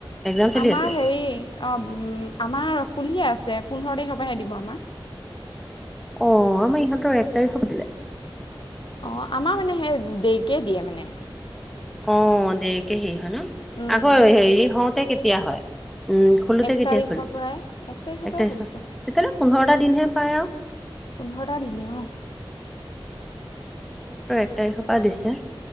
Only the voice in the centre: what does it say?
এক্জাম চলি
আছে,
অ' আমাৰ ইহঁতৰ এক তাৰিখ পৰা দিলে।
অ দেৰিকে হেৰি হয় ন?
আকৌ
হেৰি হওঁতে কেতিয়া হয়? উম খলোতে
কেতিয়া
খোলে
এক তাৰিখত
তেতিয়াহলে পোন্ধৰটা দিনহে পায় আৰু।
আমাৰ ইহঁতৰ এক তাৰিখৰ পৰা দিছে।